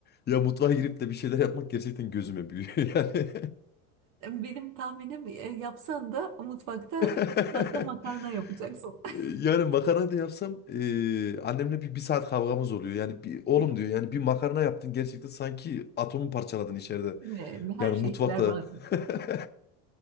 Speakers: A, on the left; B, on the right.
A: Ya mutfağa girip de bir şeyler yapmak gerçekten gözüme büyüyor yani.
B: Benim tahminim e, yapsan da mutfakta
A: <laughs>
B: en fazla makarna yapacaksın. <laughs>
A: Ee, Yani makarna da yapsam ee, annemle bir, bir saat kavgamız oluyor. Yani bir, oğlum
B: Evet,
A: diyor yani bir makarna yaptın gerçekten sanki atomu parçaladın içeride.
B: değil mi? her
A: Yani
B: şeyi
A: mutfakta.
B: berbat. et.
A: <laughs>